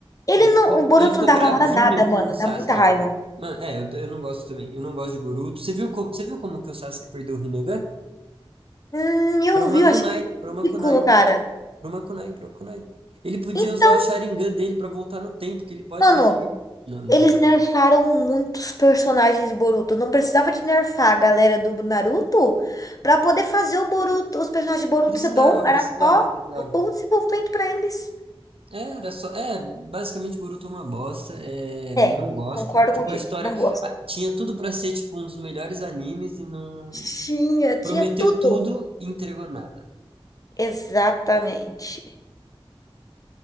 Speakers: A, on the left (about 35°); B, on the right (about 65°).
A: ele
B: Ele
A: não,
B: Ficou-
A: o Boruto
B: ele ficou
A: não dá
B: bravinho
A: valor a nada, mano.
B: com o Sasuke.
A: Dá muita raiva.
B: Mano, é, eu, eu não gosto também, eu não gosto de Boruto. Você viu como, você viu como que o Sasuke perdeu o Rinnegan?
A: Hum, eu
B: Pra uma
A: vi, eu
B: kunai,
A: achei
B: pra uma
A: ridículo,
B: kunai.
A: cara.
B: Pro Kunai, pro Kunai. Ele podia
A: Então,
B: usar o Sharingan dele pra voltar no tempo, que ele pode
A: mano,
B: fazer isso. Não, não,
A: Eles
B: não.
A: nerfaram muitos personagens de Boruto. Não precisava de nerfar a galera do Naruto pra poder fazer o Boruto, os personagens de Boruto
B: Precisava,
A: ser bom. Era
B: precisava,
A: só
B: precisava.
A: um bom desenvolvimento pra eles.
B: É, era só. É, basicamente Boruto é uma bosta. É,
A: É,
B: não gosto.
A: concordo
B: Tipo,
A: contigo.
B: a história
A: Não gosto.
B: ah, tinha tudo pra ser tipo um dos melhores animes e não
A: Tinha, tinha
B: prometeu
A: tudo.
B: tudo e entregou nada.
A: Exatamente.